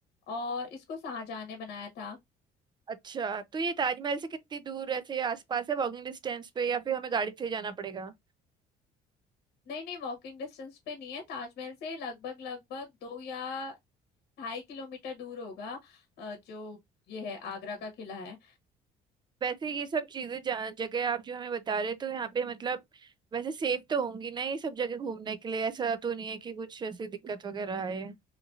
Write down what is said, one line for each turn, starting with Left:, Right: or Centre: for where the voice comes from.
Left: और इसको शाहजहां ने बनाया था
Right: अच्छा तो ये ताजमहल से कितनी दूर ऐसे आसपास है वॉकिंग डिस्टेंस पे या फिर हमें गाड़ी से ही जाना पड़ेगा
Left: नहीं नहीं वॉकिंग डिस्टेंस पे नहीं है ताजमहल से लगभग लगभग दो या ढाई किलोमीटर दूर होगा अ, जो ये है आगरा का किला है
Right: वैसे ये सब चीजें जहाँ- जगह आप जो हमें बता रहे तो यहाँ पे मतलब वैसे सेफ तो होंगी ना ये सब जगह घूमने के लिए ऐसा तो नहीं है कि कुछ ऐसी दिक्कत वगैरह आए